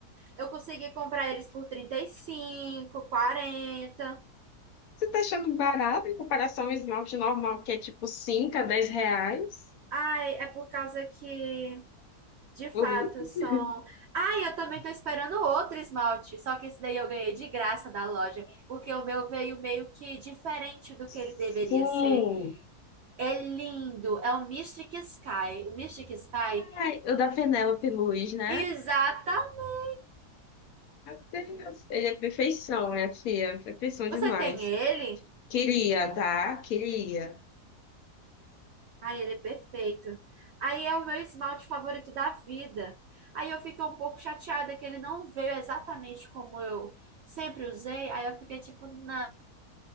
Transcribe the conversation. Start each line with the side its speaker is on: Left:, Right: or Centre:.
Right: Eu consegui comprar eles por trinta e cinco quarenta
Left: Você tá achando barato em comparação ao esmalte normal, que é tipo 5 a dez reais?
Right: Ai, é por causa que, de fato,
Left: Uhum.
Right: são. Ai, eu também tô esperando outro esmalte, só que esse daí eu ganhei de graça da loja, porque o meu veio meio que diferente do
Left: Sim,
Right: que ele deveria ser. É lindo, é o Mystic Sky. O Mystic Sky?
Left: Ai, o da Penélope Luz, né?
Right: Exatamente!
Left: Meu Deus, ele é perfeição, minha filha. Perfeição
Right: Você
Left: demais.
Right: tem ele?
Left: Queria, tá? Queria.
Right: Ai, ele é perfeito. Aí é o meu esmalte favorito da vida. Aí eu fiquei um pouco chateada que ele não veio exatamente como eu sempre usei. Aí eu fiquei tipo, não,